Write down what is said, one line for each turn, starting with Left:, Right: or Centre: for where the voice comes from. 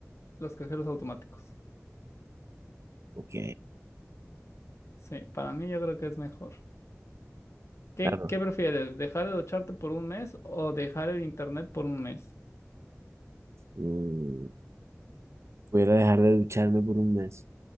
Left: los cajeros automáticos.
Right: Ok,
Left: Sí, para mí yo creo que es mejor. ¿Qué,
Right: claro.
Left: qué prefieres? ¿Dejar de ducharte por un mes o dejar el internet por un mes?
Right: Mm, pudiera dejar de ducharme por un mes.